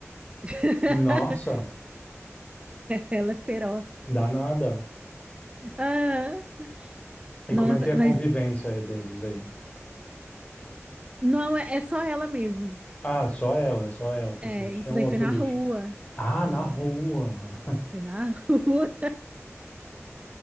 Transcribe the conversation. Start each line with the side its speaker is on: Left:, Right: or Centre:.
Right: <laughs>
Left: Nossa,
Right: Ela é feroz.
Left: danada.
Right: Ah,
Left: E
Right: nossa,
Left: como é que é a
Right: mas
Left: convivência deles aí?
Right: não, é, é só ela mesmo.
Left: Ah, só ela, só ela. Pensei
Right: É,
Left: que tinha
Right: isso
Left: um
Right: daí
Left: outro
Right: foi na
Left: bicho.
Right: rua.
Left: Ah,
Right: Não,
Left: na rua. <laughs>
Right: foi na <laughs> rua.